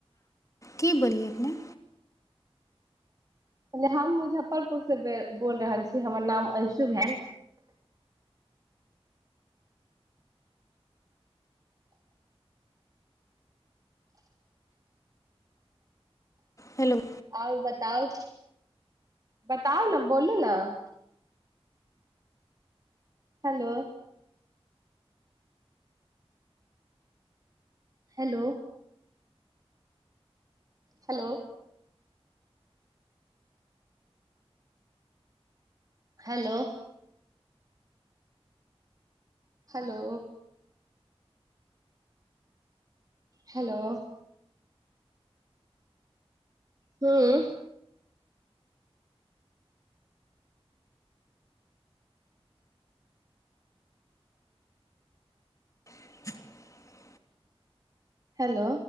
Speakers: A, on the left (about 30°); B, on the right (about 35°).
A: की बोलियै अपने?
B: ल हम मुजफ्फरपुर से बेल बोल रहल छी हमर नाम अंशु भेल
A: हेलो
B: आओर बताउ बताउ न बोलू न hello hello hello hello hello hello हँ
A: <unintelligible>
B: हेलो